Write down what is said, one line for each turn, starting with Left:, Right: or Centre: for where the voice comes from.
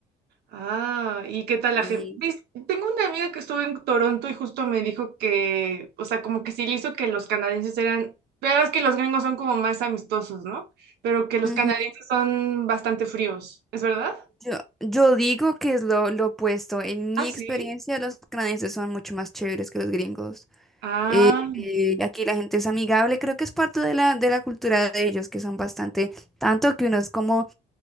Right: Ah, ¿y qué tal
Centre: Y
Right: la gente? Tengo una amiga que estuvo en Toronto y justo me dijo que, o sea, como que sí le hizo que los canadienses eran, pero es que los gringos son como más amistosos, ¿no? Pero que los
Centre: Ujú,
Right: canadienses son bastante fríos, ¿es verdad?
Centre: Yo, yo digo que es lo, lo opuesto. En mi
Right: Ah, sí.
Centre: experiencia, los canadienses son mucho más chéveres que los gringos.
Right: Ah,
Centre: Eh, eh, aquí la gente es amigable, creo que es parte de la, de la cultura de ellos, que son bastante, tanto que uno es como,